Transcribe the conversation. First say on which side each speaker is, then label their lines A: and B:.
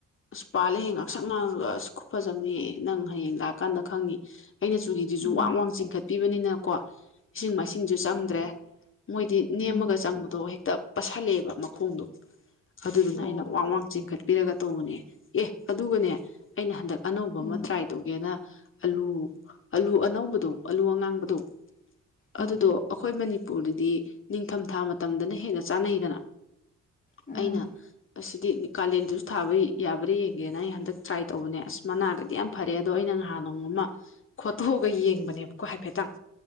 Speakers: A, on the left (about 45°); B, on the left (about 30°).
A: ꯑꯁ ꯄꯥꯜꯂꯦꯍꯦ ꯉꯥꯛꯁꯛ ꯉꯥꯡꯉꯒ ꯑꯁ ꯈꯨꯨꯐꯖꯑꯝꯅꯤꯍꯦ ꯅꯪ ꯍꯌꯦꯡ ꯂꯥꯛꯀꯥꯟꯗ ꯈꯪꯅꯤ ꯑꯩꯅ ꯆꯨꯔꯤꯗꯨꯁꯨ
B: ꯎꯝ
A: ꯋꯥꯡ ꯋꯥꯡ ꯆꯤꯡꯈꯠꯄꯤꯕꯅꯤꯅꯀꯣ ꯏꯁꯤꯡ ꯃꯥꯏꯁꯤꯡꯁꯨ ꯆꯪꯗ꯭ꯔꯦ ꯃꯣꯏꯗꯤ ꯅꯦꯝꯃꯒ
B: ꯎꯝ
A: ꯆꯪꯕꯗꯣ ꯍꯦꯛꯇ ꯄꯁꯜꯂꯛꯑꯦꯕ ꯃꯈꯣꯡꯗꯣ ꯑꯗꯨꯗꯨꯅ
B: ꯑꯣ
A: ꯑꯩꯅ ꯋꯥꯡ ꯋꯥꯡ ꯆꯤꯡꯈꯠꯄꯤꯔꯒ ꯇꯣꯡꯕꯅꯦ ꯑꯦ ꯑꯗꯨꯒꯅꯦ ꯑꯩꯅ ꯍꯟꯗꯛ ꯑꯅꯧꯕ
B: ꯎꯝ
A: ꯑꯃ ꯇ꯭ꯔꯥꯏ ꯇꯧꯒꯦꯅ ꯑꯂꯨ ꯑꯂꯨ ꯑꯅꯧꯕꯗꯣ ꯑꯂꯨ ꯑꯉꯥꯡꯕꯗꯣ
B: ꯎꯝ
A: ꯑꯗꯨꯗꯣ ꯑꯈꯣꯏ ꯃꯅꯤꯄꯨꯔꯗꯗꯤ ꯅꯤꯡꯊꯝꯊꯥ ꯃꯇꯝꯗꯅ ꯍꯦꯟꯅ ꯆꯥꯅꯩꯗꯅ
B: ꯎꯝ
A: ꯑꯩꯅ ꯑꯁꯤꯗꯤ ꯀꯥꯂꯦꯟꯗꯖꯨ ꯊꯥꯕ ꯌꯥꯕ꯭ꯔꯥ ꯌꯦꯡꯒꯦꯅ ꯑꯩ ꯍꯟꯗꯛ ꯇ꯭ꯔꯥꯏ ꯇꯧꯕꯅꯦ ꯑꯁ ꯃꯅꯥꯒꯗꯤ ꯌꯥꯝ ꯐꯔꯦ ꯑꯗꯣ ꯑꯩꯅ ꯅꯍꯥꯟ ꯅꯣꯡꯃ ꯑꯃ ꯈꯣꯠꯇꯣꯛꯑꯒ ꯌꯦꯡꯕꯅꯦꯕꯀꯣ ꯍꯥꯏꯐꯦꯠꯇꯪ